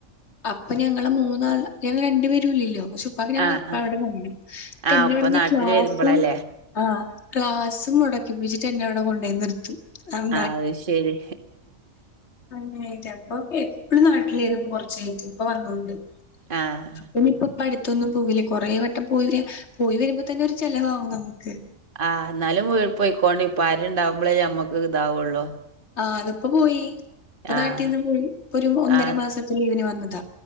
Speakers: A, on the left (about 55°); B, on the right (about 40°).
A: അപ്പ ഞങ്ങള് മൂന്നാള് ഞങ്ങള് രണ്ട് പേരു ഇല്ലല്ലോ പക്ഷേ ഉപ്പാക്ക് ഞങ്ങള്
B: ആഹ്
A: എപ്പളാ
B: ആഹ് ആഹ്
A: അവിടെ വേണം. <unintelligible>
B: ആഹ് ഉപ്പ നാട്ടില്
A: ക്ലാസും
B: വരുമ്പളല്ലേ
A: ആഹ് ക്ലാസ്സ് മൊടക്കിപ്പിച്ചിട്ട് എന്നെ അവിടെ കൊണ്ടേയി നിർത്തും. അത്
B: ആഹ് ശെരി
A: ഇപ്പ അങ്ങനായിട്ട ഇപ്പാക്ക് എപ്പളും നാട്ടിലേനു കൊർച്ചായിട്ട് ഇപ്പ വന്നോണ്ട്.
B: ആഹ്
A: അപ്പനി ഇപ്പ അടുത്തൊന്നും പോകില്ല കൊറേ വട്ടം പോയി വെ പോയി വെരുമ്പോ തന്നെ ഒരു ചെലവാവും നമുക്ക്.
B: ആഹ് ഇന്നാലും വീ പോയിക്കോണ്ട് ഇപ്പാര് ഇണ്ടാവ്മ്പളെ നമ്മക്ക് ഇതാവ്ള്ളൂ.
A: ആ അത് ഇപ്പ പോയി. ഇപ്പ
B: ആഹ്
A: നാട്ടിന്ന് പോയി. ഇപ്പ ഒരു ഒന്നര
B: ആഹ്
A: മാസത്തെ ലീവിന് വന്നത.